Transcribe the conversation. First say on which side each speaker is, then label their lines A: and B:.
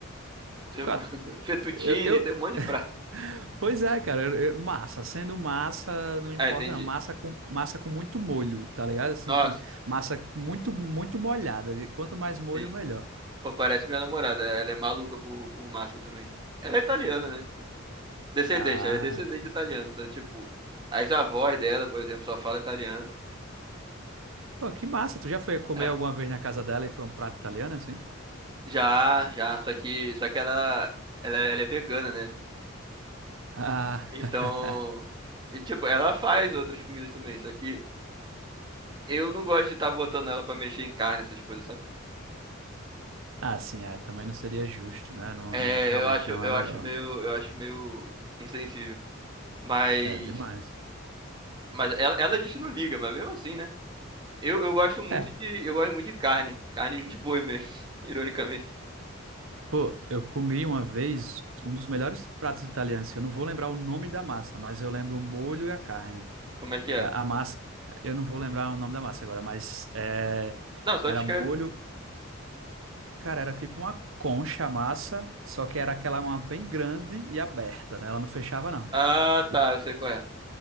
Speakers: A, on the right (about 20°); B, on the right (about 75°).
A: <laughs> Tipo,
B: Cara,
A: Fettuccine,
B: Eu, eu-
A: tem um monte de prato.
B: <laughs> pois é, cara. eu- eu- massa, sendo massa, não importa,
A: Ah, entendi.
B: não. Massa com, massa com muito molho, tá ligado? Assim,
A: Nossa,
B: que massa com muito, muito molhada. e Quanto mais molho,
A: sim.
B: melhor.
A: Pô, parece minha namorada. Ela é maluca por, por massa também. Ela é italiana, né? Tipo, descendente,
B: Ah,
A: ela é descendente de italiano. Então, tipo, as avós dela, por exemplo, só fala italiano.
B: pô, que massa. Tu já foi comer
A: É.
B: alguma vez na casa dela e foi um prato italiano, assim?
A: Já, já. Só que, só que ela, ela, ela é vegana, né?
B: Ah,
A: Então.
B: <laughs>
A: E, tipo, ela faz outras comidas também, só que. Eu não gosto de estar botando ela pra mexer em carne, essas coisas, sabe?
B: ah, sim, é, também não seria justo, né? Não,
A: É,
B: não- realmente
A: eu acho,
B: não
A: eu
B: é legal.
A: acho meio, eu acho meio insensível. Mas,
B: É demais.
A: mas ela, ela diz que não liga, mas mesmo assim, né? Eu, eu gosto muito
B: É,
A: de, eu gosto muito de carne, carne de boi mesmo, <laughs> ironicamente.
B: Pô, eu comi uma vez um dos melhores pratos italianos, que eu não vou lembrar o nome da massa, mas eu lembro o molho e a carne.
A: Como é que era?
B: É, A massa, eu não vou lembrar o nome da massa agora, mas é,
A: Não, só
B: era
A: descreve.
B: molho, cara, era tipo uma concha a massa, só que era aquela uma bem grande e aberta, né? Ela não fechava, não.
A: Ah,
B: E
A: tá,
B: o,
A: eu sei qual é.